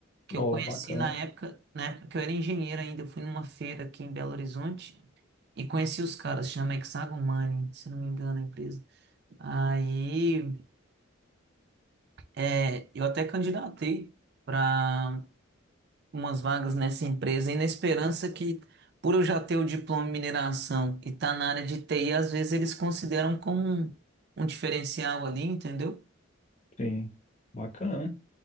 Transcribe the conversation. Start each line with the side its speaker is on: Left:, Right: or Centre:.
Right: que
Left: Ó,
Right: eu conheci
Left: bacana.
Right: na época, na época que eu era engenheiro ainda, eu fui numa feira aqui em Belo Horizonte e conheci os caras, chama Hexagon Mining, se não me engano a empresa. Aí é, eu até candidatei para umas vagas nessa empresa e na esperança que, por eu já ter o diploma em mineração e estar tá na área de TI, às vezes eles consideram como um, um diferencial ali, entendeu?
Left: Sim. Bacana.